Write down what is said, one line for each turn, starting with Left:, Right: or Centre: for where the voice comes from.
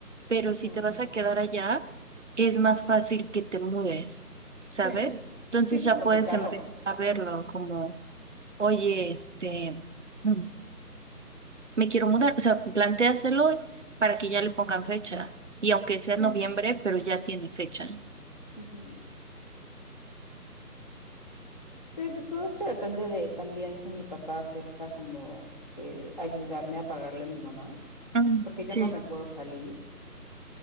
Right: pero
Left: ujú.
Right: si te vas a quedar allá, es más fácil que te mudes, ¿sabes?
Left: Sí.
Right: Entonces
Left: Sí, pues
Right: ya
Left: con
Right: puedes
Left: mi carro.
Right: empezar a verlo como, oye, este, mm, me quiero mudar. O sea, plantéaselo para
Left: Ujú,
Right: que ya le pongan fecha. Y aunque sea
Left: Sí.
Right: noviembre, pero ya tiene fecha.
Left: ujú. Sí, pues todo esto depende de también si mi papá acepta como eh, ayudarme a pagarle a mi mamá,
Right: Mm,
Left: porque yo
Right: sí,
Left: no me puedo salir